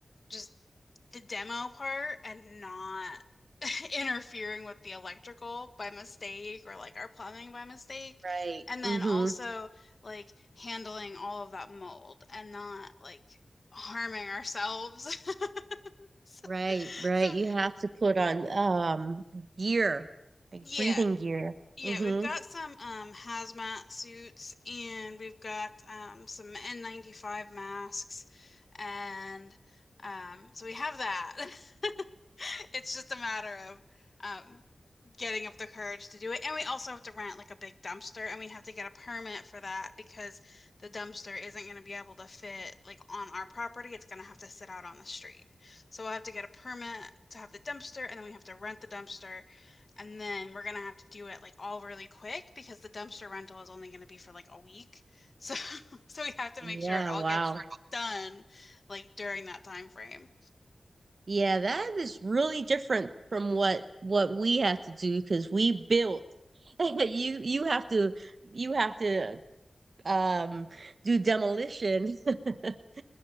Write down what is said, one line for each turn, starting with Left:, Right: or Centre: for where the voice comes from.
Left: just the demo part and not <laughs> interfering with the electrical by mistake or like our plumbing by mistake.
Right: Right.
Left: And then
Right: Mm-hmm.
Left: also like handling all of that mold and not like harming ourselves. <laughs> So,
Right: Right, right.
Left: so
Right: You have to put on um gear, like
Left: yeah,
Right: breathing gear.
Left: Yeah,
Right: Mm-hmm.
Left: we've got some um, hazmat suits and we've got um, some N95 masks. And um, so we have that. <laughs> It's just a matter of um, getting up the courage to do it. And we also have to rent like a big dumpster and we have to get a permit for that because the dumpster isn't going to be able to fit like on our property. It's going to have to sit out on the street. So we'll have to get a permit to have the dumpster and then we have to rent the dumpster. And then we're gonna have to do it like all really quick because the dumpster rental is only gonna be for like a week. So <laughs> so we have to
Right: Yeah,
Left: make sure it all
Right: wow.
Left: gets done like during that time frame.
Right: Yeah, that is really different from what what we have to do because we built. <laughs> You you have to you have to um do demolition. <laughs>